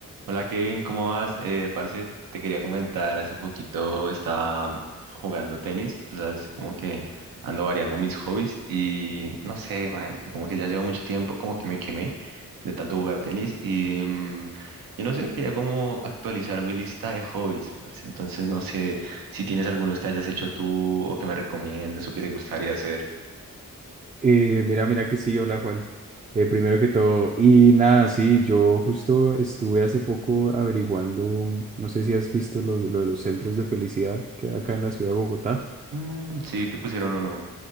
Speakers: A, on the right; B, on the right.
A: Hola Kevin, ¿cómo vas? Eh, parce, te quería comentar, hace poquito estaba jugando tenis, tú sabes, como que ando variando mis hobbies y no sé, marica, como que ya llevo mucho tiempo, como que me quemé de tanto jugar tenis y, mm, y no sé, quería como actualizar mi lista de hobbies, parce. Entonces no sé si tienes algunos que hayas hecho tú o que me recomiendes o que te gustaría hacer.
B: Eh, mira, mira que sí, hola Juan. Eh, primero que todo, y nada, sí, yo justo estuve hace poco averiguando, no sé si has visto lo, lo de los centros de felicidad que hay acá en la ciudad de Bogotá.
A: Mm, sí, que pusieron uno.